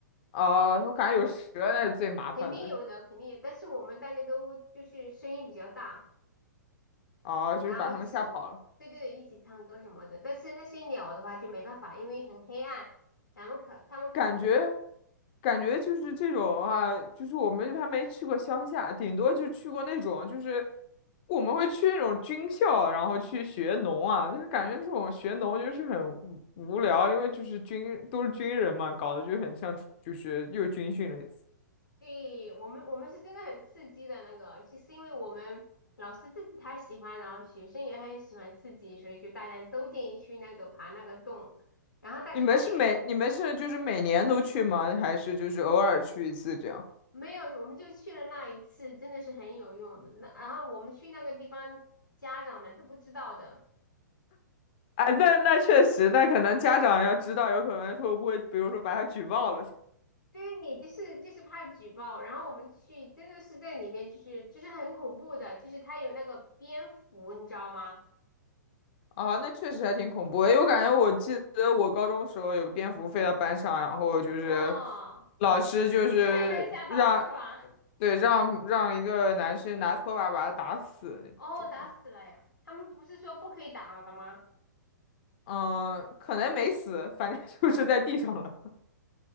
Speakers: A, on the left; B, on the left.
A: 哦、我感觉有蛇那是最麻烦的。
B: 肯定有的，肯定有，但是我们大家都就是声音比较大。
A: 哦、就是把他们吓跑了。
B: 然后一起，对对对，一起唱歌什么的。但是那些鸟的话就没办法，因为很黑暗，然后可他们可能会
A: 感觉，感觉就是这种啊，就是我们还没去过乡下，顶多就去过那种，就是我们会去那种军校，然后去学农啊。但是感觉这种学农就是很无无聊，因为就是军都是军人嘛，搞得就很像就是又军训了一次。
B: 对我们，我们是真的很刺激的那个，是是因为我们老师自己他喜欢，然后学生也很喜欢刺激，所以就大家都建议去那个爬那个洞，然后但那些
A: 你们是每你们是就是每年都去吗？还是就是偶尔去一次这样？
B: 没有，我们就去了那一次，真的是很有用的。那然后我们去那个地方，家长们都不知道的。
A: 哎，那那确实，那可能家长要知道，有可能会不会，比如说把他举报了。什么？
B: 对，就是就是怕举报，然后我们去真的是在里面，就是就是很恐怖的，就是它有那个蝙蝠，你知道吗？
A: 啊，那确实还挺恐怖的，因为我感觉我记得我高中时候有个蝙蝠飞到班上，然后就是
B: 哇，
A: 老师就是让，
B: <laughs> 对，吓到了是吧？
A: 对，让让一个男生拿拖把把他打死那种吧。
B: 哦，打死了呀！他们不是说不可以打的吗？
A: 嗯，可能没死，反正 <laughs> 就是在地上了。